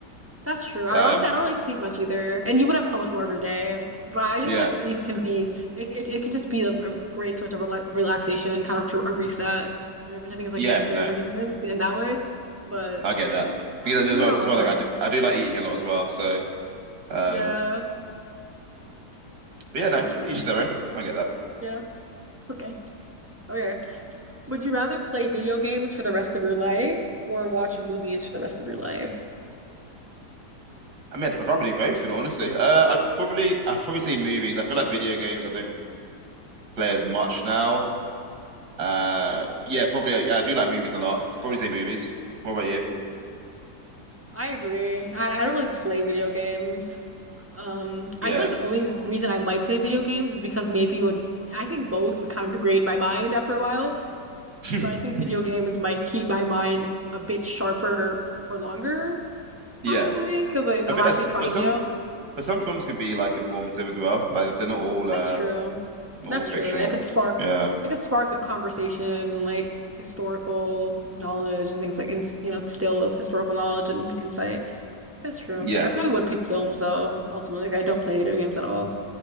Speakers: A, on the right (about 20°); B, on the right (about 75°).
A: that's true. Ironically,
B: Um,
A: I don't really sleep much either. And you would have so much more of your day. But I just
B: yeah,
A: feel like sleep can be it, it, it can just be a, a great source of rela relaxation, kind of to a reset, which I think is like
B: yeah.
A: necessary
B: No,
A: for humans in that way. But
B: I get that
A: yeah,
B: because
A: you
B: as
A: would
B: well,
A: have
B: as
A: a lot
B: well
A: more.
B: like
A: of
B: I do,
A: it.
B: I do like eating a lot as well. So, um,
A: Yeah,
B: but yeah, no,
A: that's true.
B: each their own. I get that.
A: Yeah. Okay. Okay. Would you rather play video games for the rest of your life or watch movies for the rest of your life?
B: I mean, I'd rather do both, in all honesty. Uh, I'd probably, I'd probably say movies. I feel like video games I don't play as much now. Uh, yeah, probably. I, Yeah, I do like movies a lot, so probably say movies. What about you?
A: I agree. I, I don't really play video games. Um, I
B: Yeah,
A: feel like the only reason I might say video games is because maybe you would, I think both would kind of degrade my mind after a while,
B: <laughs>
A: but I think video games might keep my mind a bit sharper for longer, possibly,
B: yeah.
A: because I'm
B: I feel
A: actually
B: like, s-
A: trying,
B: but some,
A: you know?
B: but some films can be like informative as well. Like they're not all, uh,
A: That's true.
B: not
A: That's
B: all fictional.
A: true. And it could spark
B: Yeah,
A: it could spark good conversation and like historical knowledge and things like ins you know, still of historical knowledge and insight. That's true.
B: yeah,
A: I probably would pick films though, ultimately. 'cause I don't play video games at all.